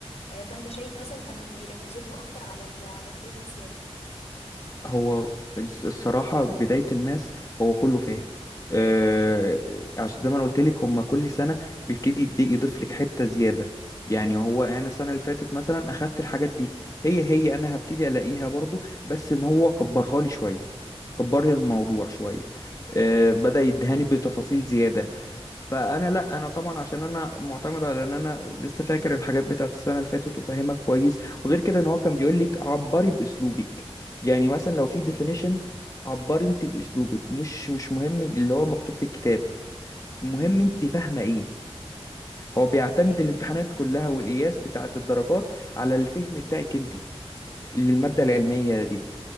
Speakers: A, on the left; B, on the left.
A: آه، فانت شايف مثلا كانوا بيركزوا لكم اكتر على ال... على الفهم ازاي يعني
B: هو الص- الصراحة بداية الماس هو كله فاهم آه،
A: مم.
B: عشان زي ما انا قلت لك هما كل سنة بيبتدي يدي- يضيف لك حتة زيادة يعني هو انا السنة اللي فاتت مثلا اخدت الحاجات دي هي هي انا هبتدي الاقيها برضو بس ان هو كبرها لي شوية كبر لي الموضوع شوية آه، بدأ
A: ايوه تمام
B: يدهاني بتفاصيل زيادة فانا لا انا طبعا عشان انا معتمد على ان انا لسه فاكر الحاجات بتاعت السنه اللي فاتت وفاهمها كويس وغير كده ان هو كان بيقول لك عبري باسلوبك يعني مثلا لو في
A: مم.
B: ديفينيشن عبري انت باسلوبك مش مش مهم اللي هو مكتوب في الكتاب المهم
A: مم.
B: انت فاهمه ايه هو بيعتمد
A: ايوه
B: الامتحانات
A: ايوه
B: كلها والقياس بتاعت الدرجات على الفهم بتاعك انت للماده
A: مم.
B: العلميه دي